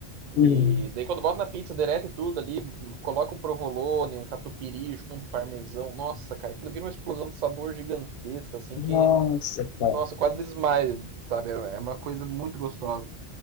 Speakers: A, on the right; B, on the left.
A: E
B: hum.
A: daí quando boto na pizza, derrete tudo ali, coloca um provolone, um catupiry junto, um parmesão. Nossa, cara, aquilo vira uma explosão de sabor gigantesca, assim,
B: Nossa,
A: que,
B: cara.
A: nossa, eu quase desmaio, sabe? É é uma coisa muito gostosa.